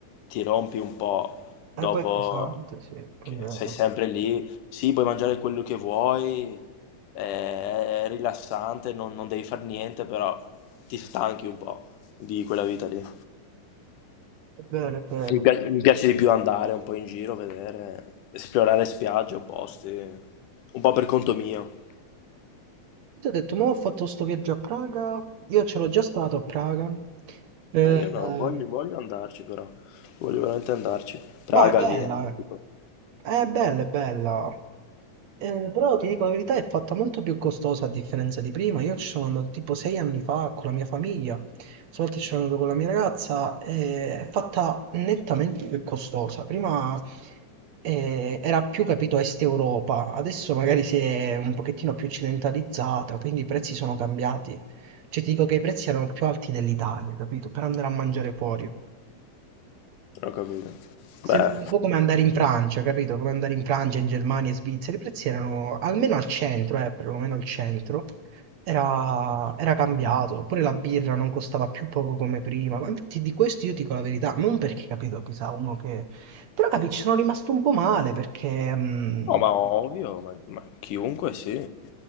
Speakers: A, on the left; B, on the right.
A: ti rompi un po' dopo
B: E poi è pesante, sì, è
A: che
B: vero.
A: sei sempre lì, sì, puoi mangiare quello che vuoi è rilassante, non, non devi fare niente, però ti stanchi un po' di quella vita lì.
B: È vero, è vero.
A: Mi piace, mi piace di più andare un po' in giro, vedere, esplorare spiagge o posti, un po' per conto mio.
B: Ti ho detto, ma ho fatto sto viaggio a Praga. Io ce l'ho già stato a Praga. Eh,
A: Ma io
B: eh,
A: no, voglio, voglio andarci però, voglio veramente andarci. Praga,
B: ma è bella.
A: Vienna,
B: eh.
A: tipo,
B: È bella, è bella. Eh, però ti dico la verità, è fatta molto più costosa a differenza di prima. Io ci sono andato tipo sei anni fa con la mia famiglia, stavolta ci sono andato con la mia ragazza, eh, è fatta nettamente più costosa. Prima eh, era più capito Est Europa, adesso magari si è un pochettino più occidentalizzata, quindi i prezzi sono cambiati. Cioè ti dico che i prezzi erano più alti dell'Italia, capito? Per andare a mangiare fuori.
A: non ho capito.
B: Sembra
A: Beh,
B: un po' come andare in Francia, capito? Come andare in Francia, in Germania, in Svizzera. I prezzi erano, almeno al centro, eh, perlomeno al centro, era, era cambiato. Pure la birra non costava più poco come prima. Ma infatti di questo io dico la verità, non perché, capito, chissà uno che... Però, capi, ci sono rimasto un po' male perché... mh,
A: no, ma ovvio, ma, ma chiunque sì.